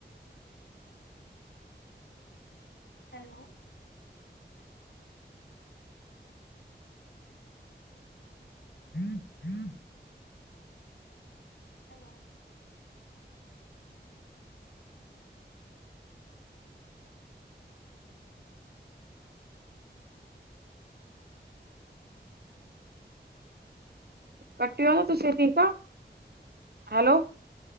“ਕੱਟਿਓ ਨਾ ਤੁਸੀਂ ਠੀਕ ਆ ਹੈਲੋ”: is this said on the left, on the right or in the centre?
Right